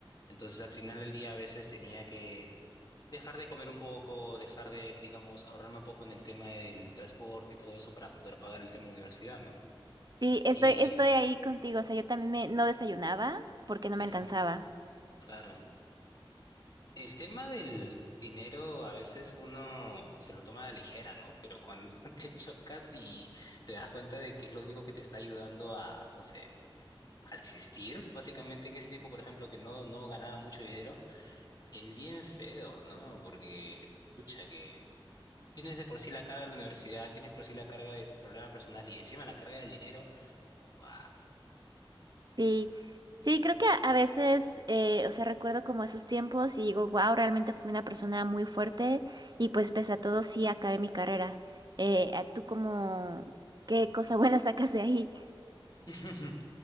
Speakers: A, on the left (about 45°); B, on the right (about 50°).
A: Entonces, al final del día a veces tenía que Dejar de comer un poco, dejar de, digamos, ahorrarme un poco en el tema del transporte y todo eso para poder pagar el tema de la universidad, ¿no?
B: Sí, estoy,
A: Y,
B: estoy ahí contigo. O sea, yo también me, no desayunaba porque no me
A: ujú,
B: alcanzaba.
A: claro. El tema del dinero a veces uno se lo toma a la ligera, ¿no? Pero cuando <laughs> te chocas y te das cuenta de que es lo único que te está ayudando a, no sé, a existir, básicamente en ese tiempo, por ejemplo, que no, no ganaba mucho dinero, es bien feo, ¿no? Porque, pucha, que Tienes de por sí la carga de la universidad, tienes por sí la carga de tus problemas personales y encima la carga del dinero. ¡Wow!
B: Sí, sí, creo que a a veces, eh, o sea, recuerdo como esos tiempos y digo, wow, realmente fui una persona muy fuerte y pues pese a todo sí acabé mi carrera. Eh, ¿a ¿tú como qué cosa buena <laughs> sacas de ahí?
A: <laughs>